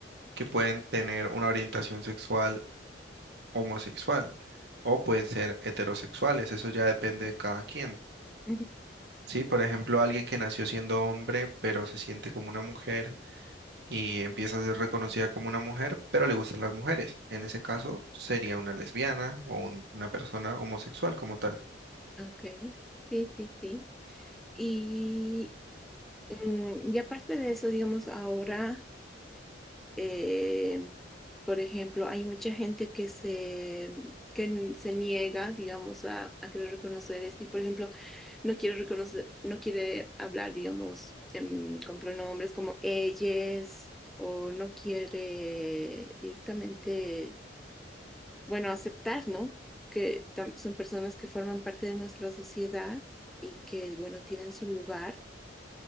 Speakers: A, on the right; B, in the centre.
A: que pueden tener una orientación sexual homosexual o pueden ser heterosexuales, eso ya depende de cada quien.
B: Ujú.
A: Sí, por ejemplo, alguien que nació siendo hombre, pero se siente como una mujer y empieza a ser reconocida como una mujer, pero le gustan las mujeres. En ese caso, sería una lesbiana o un- una persona homosexual como tal.
B: Ok, sí, sí, sí. Y, mm, y aparte de eso, digamos, ahora, eh, por ejemplo, hay mucha gente que se, que n- se niega, digamos, a, a querer reconocer esto. Y, por ejemplo, no quiere reconocer, no quiere hablar, digamos, em, con pronombres como ellas, o no quiere directamente bueno, aceptar, ¿no? Que tam- son personas que forman parte de nuestra sociedad y que, bueno, tienen su lugar.